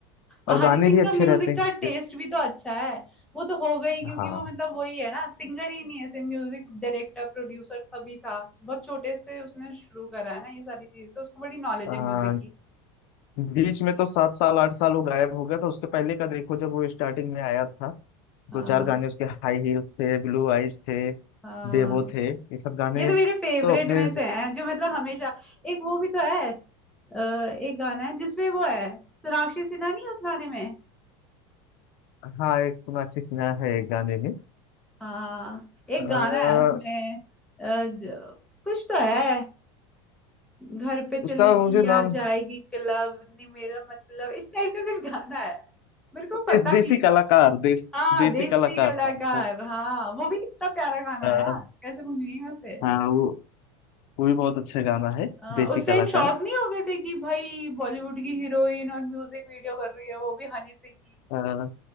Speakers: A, on the left; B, in the centre.
A: और
B: हाँ, हनी
A: गाने
B: सिंह
A: भी अच्छे
B: का म्यूजिक
A: रहते हैं
B: का
A: उसके
B: टेस्ट भी तो अच्छा है वो तो हो गई क्योंकि
A: हाँ
B: वो मतलब वही है ना सिंगर ही नहीं है ऐसे म्यूजिक डायरेक्टर प्रोड्यूसर सभी था बहुत छोटे से उसने शुरू करा है ना ये सारी चीज तो उसको बड़ी नॉलेज
A: आ,
B: है म्यूजिक की
A: बीच में तो सात साल आठ साल वो गायब हो गया था उसके पहले का देखो जब वो स्टार्टिंग में आया था
B: हाँ
A: दो चार गाने उसके हाई हील्स थे ब्लू आइज थे
B: हाँ
A: बेबो थे ये सब गाने
B: ये तो मेरे फेवरेट
A: तो अपने
B: में से हैं जो मतलब हमेशा एक वो भी तो है अ, एक गाना है जिसमें वो है सोनाक्षी सिन्हा नहीं है उस गाने में
A: हाँ एक सोनाक्षी सिन्हा है एक गाने में
B: हाँ एक
A: आ,
B: गाना है उसमें अ, ज- कुछ तो है घर पे चलेगी
A: उसका मुझे
B: या
A: नाम
B: जाएगी क्लब नहीं मेरा मतलब इस टाइप का कुछ गाना है मेरे को
A: देश
B: पता
A: देसी
B: नहीं
A: कलाकार
B: कौन
A: देश
B: हाँ
A: देसी
B: देसी
A: कलाकार
B: कलाकार
A: सॉन्ग
B: हाँ वो भी कितना प्यारा गाना
A: था
B: है यार कैसे भूल गई मैं उसे
A: हाँ वो वो भी बहुत अच्छा गाना है
B: हाँ,
A: देसी
B: उस
A: कलाकार
B: टाइम शौक नहीं हो गए थे कि भाई बॉलीवुड की हीरोइन और म्यूजिक वीडियो कर रही है वो भी हनी सिंह की
A: अ,